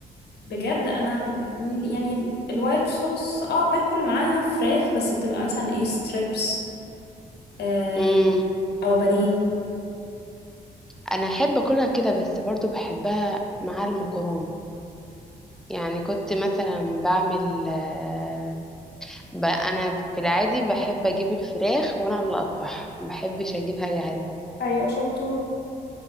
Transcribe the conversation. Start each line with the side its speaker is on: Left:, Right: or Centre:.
Left: بجد انا ال- ال- يعني ال- الوايت صوص اه باكل معاها فراخ بس بتبقى مثلا ايه ستريبس آه
Centre: امم
Left: او بانيه
Centre: انا احب اكلها كده بس برضه بحبها مع المكرونة يعني كنت مثلا بعمل آه، ب- انا في العادي بحب اجيب الفراخ وانا اللي اقطعها ما بحبش اجيبها جاهزه
Left: ايوه شطورة